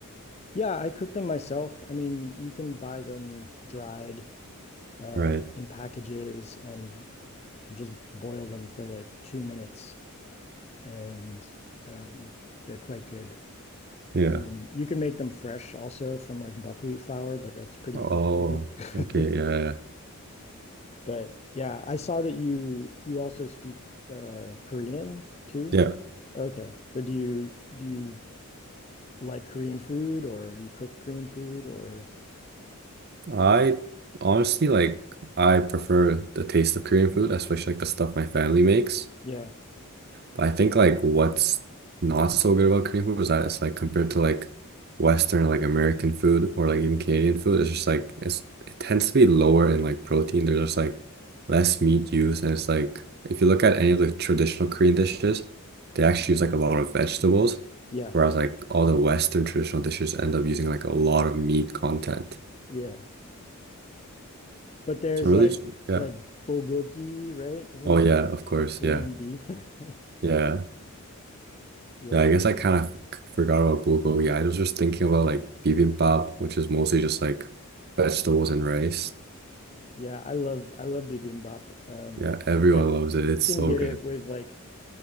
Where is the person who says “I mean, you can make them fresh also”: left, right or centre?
Left